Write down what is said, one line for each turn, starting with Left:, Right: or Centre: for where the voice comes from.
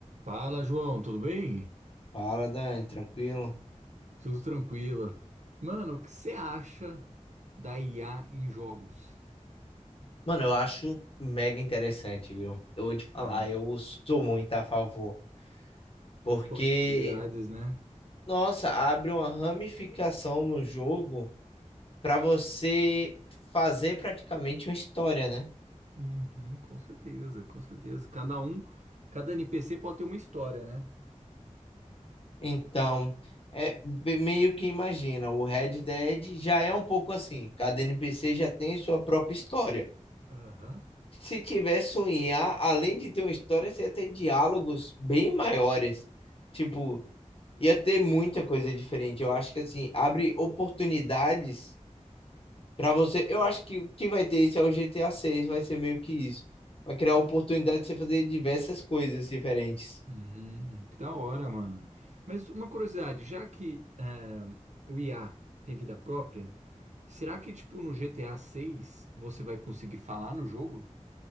Right: Fala, João, tudo bem?
Left: Fala, Dani, tranquilo?
Right: Tudo tranquilo. Mano, o que você acha da IA em jogos?
Left: Mano, eu acho mega interessante, viu? Eu vou te falar,
Right: É,
Left: eu sou muito a favor. Porque,
Right: as possibilidades, né?
Left: nossa, abre uma ramificação no jogo pra você fazer praticamente uma história, né?
Right: Uhum, com certeza, com certeza. Cada um, cada NPC pode ter uma história, né?
Left: Então, é be- meio que imagina, o Red Dead já é um pouco assim. Cada NPC já tem sua própria história.
Right: Aham.
Left: Se tivesse um IA, além de ter uma história, você ia ter diálogos bem maiores. Tipo. Ia ter muita coisa diferente. Eu acho que assim, abre oportunidades pra você. Eu acho que o que vai ter isso é o GTA seis vai ser meio que isso. Vai criar oportunidade de você fazer diversas coisas diferentes.
Right: Uhum, que da hora, mano. Mas uma curiosidade, já que é, o IA tem vida própria, será que, tipo, no GTA 6 você vai conseguir falar no jogo?